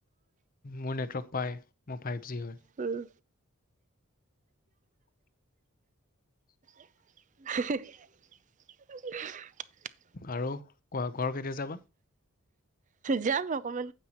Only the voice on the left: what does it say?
মোৰ নেটৱৰ্ক পায় মোৰ ফাইভ জি হয়।
<inaudible>
আৰু কোৱা ঘৰ কেতিয়া যাবা?